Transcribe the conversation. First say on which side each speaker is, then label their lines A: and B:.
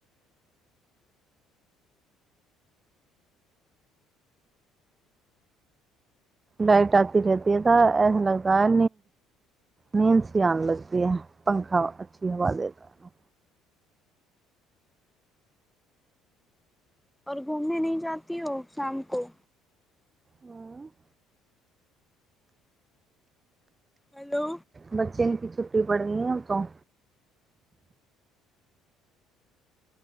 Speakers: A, on the right (about 15°); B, in the centre.
A: लाइट आती रहती है तो एसा लगता है नींद सी आने लगती है पंखा वाली अच्छी हवा देखकर।
B: और घूमने नहीं जाती हो शाम को
A: हँ <inaudible>
B: हेलो
A: बच्चे की छुटी पड़नी है अब तो